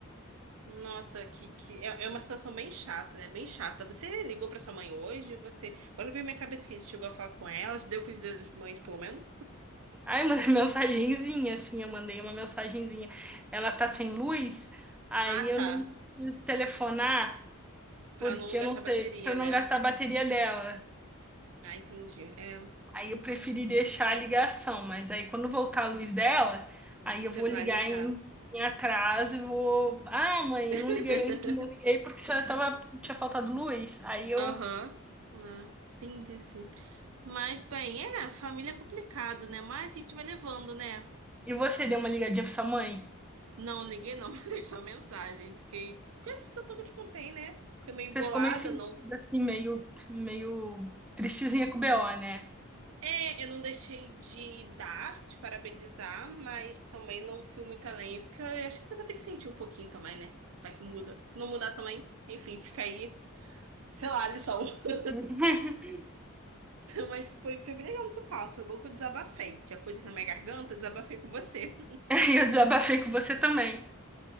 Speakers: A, on the right; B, in the centre.
A: Nossa, que, que é, é uma situação bem chata, né? Bem chata. Você ligou pra sua mãe hoje? Você. Agora veio minha cabeça que você chegou a falar com ela, deu feliz dia das mães, pelo menos?
B: Aí mandei <laughs> mensagenzinha, assim, eu mandei uma mensagenzinha. Ela tá sem luz, aí
A: Ah,
B: eu
A: tá.
B: não quis telefonar,
A: Pra
B: porque
A: não
B: eu
A: gastar
B: não sei,
A: bateria,
B: pra não
A: né?
B: gastar a bateria dela.
A: Ah, entendi. É,
B: Aí eu preferi deixar a ligação, mas aí quando voltar a luz dela, aí
A: você
B: eu vou
A: vai
B: ligar
A: ligar.
B: em, em atraso e vou. Ah, mãe,
A: <laughs>
B: eu não liguei, eu não liguei porque a senhora tava, tinha faltado luz. Aí eu.
A: Aham. Ah, entendi, sim. Mas, bem, é, família é complicado, né? Mas a gente vai levando, né?
B: E você deu uma ligadinha pra sua mãe?
A: Não liguei, não, <laughs> mas deixou mensagem. Fiquei com essa situação que eu te contei, né? Fiquei meio
B: Você
A: bolada,
B: ficou meio sentida,
A: não.
B: assim, meio, meio tristezinha com o BO, né?
A: É, eu não deixei de dar, de parabenizar, mas também não fui muito além, porque eu acho que a pessoa tem que sentir um pouquinho também, né? Vai que muda. Se não mudar também, enfim, fica aí, sei lá, a lição. <laughs>
B: <laughs>
A: Mas foi, foi bem legal no seu papo, foi bom que eu desabafei. Tinha coisa aqui na minha garganta, eu desabafei com você.
B: E eu desabafei com você também.